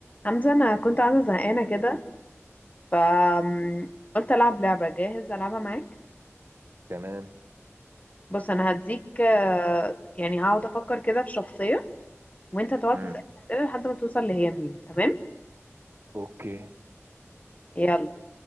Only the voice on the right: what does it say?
تمام
امم
اوكي